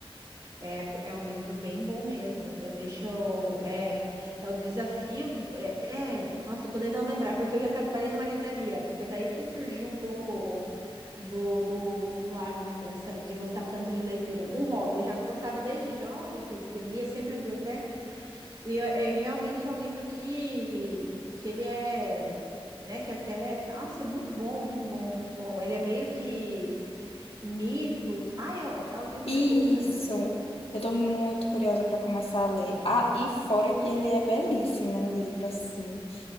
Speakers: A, on the right; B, on the left.
A: É, por- é um livro bem bom mesmo. Eu deixo. É, é o desafio que. É, é, nossa, eu tô tentando lembrar, porque eu já trabalhei numa livraria. Foi daí que surgiu um pouco do, do, do lado, né, dessa, de gostar tanto de leitura. Um hobby. Eu já gostava desde jovem, que, que eu lia sempre na biblioteca. E eu- é, realmente é um livro que, que ele é, né, que até, nossa, é muito bom, muito bom, muito bom. Ele é meio que mitos. Ah, é, é um livro
B: Isso.
A: bem interessante.
B: Eu tô muito curiosa para começar a ler. Ah, e fora que ele é belíssimo, né? O livro assim.